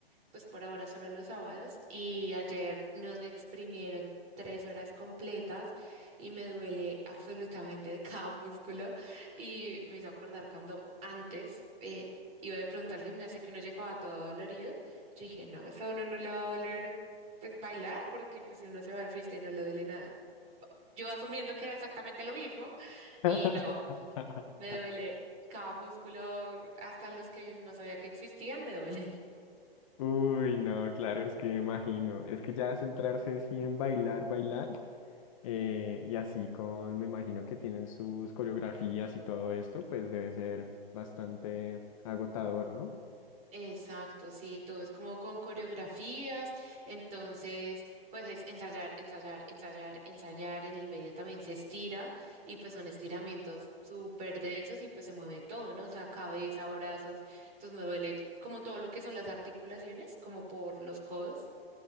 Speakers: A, on the right; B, on the left.
A: pues por ahora solo los sábados y ayer nos exprimieron tres horas completas y me duele absolutamente <laughs> cada músculo y me hizo acordar cuando antes eh, iba de pronto al gimnasio que uno llegaba todo dolorido, yo dije, no, eso a uno no le va a doler pues bailar porque pues si uno se va de fiesta y no le duele nada. Yo asumiendo que era exactamente lo mismo y
B: <laughs>
A: no, me duele cada músculo, hasta los que no sabía que existían, me duelen.
B: Uy, no, claro, es que me imagino. Es que ya centrarse así en bailar, bailar, eh, y así con, me imagino que tienen sus coreografías y todo esto, pues debe ser bastante agotador, ¿no?
A: Exacto, sí, todo es como con coreografías, entonces pues es ensayar, ensayar, ensayar, ensayar, en el medio también se estira y pues son estiramientos súper densos y pues se mueve todo, ¿no? O sea, cabeza, brazos, entonces me duele como todo lo que son las articulaciones, como por los codos